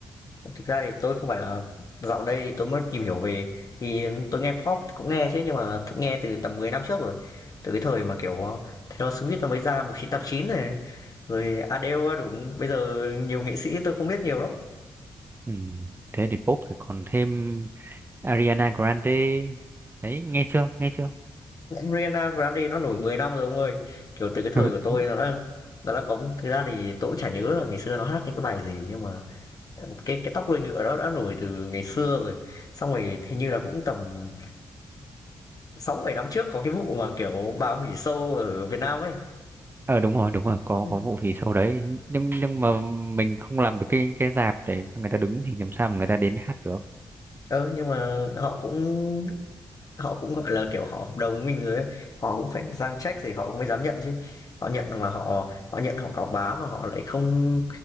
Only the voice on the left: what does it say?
Thực ra thì tôi không phải là dạo đây thì tôi mới tìm hiểu về, thì tôi nghe pop cũng nghe chứ, nhưng mà nghe từ tầm 10 năm trước rồi. Từ cái thời mà, kiểu, ờ, Taylor Swift nó mới ra 1989 này, rồi Adele đúng Bây giờ nhiều nghệ sĩ tôi không biết nhiều lắm.
Ariana Grande nó nổi 10 năm rồi ông ơi. Kiểu, từ cái thời
của tôi nó đã nó đã có thực ra thì tôi cũng chả nhớ là ngày xưa nó hát những cái bài gì, nhưng mà, ờ, cái cái Tóc Đuôi Ngựa đó đã nổi từ ngày xưa rồi. Xong rồi hình như là cũng tầm sáu bảy năm trước có cái vụ mà kiểu bà hủy show ở Việt Nam ấy
Ừ.
ờ nhưng mà họ cũng họ cũng gọi là kiểu họ hợp đồng với mình rồi ấy họ cũng phải sang check thì họ cũng mới dám nhận chứ họ nhận mà họ họ nhận họ cáo bá mà họ lại không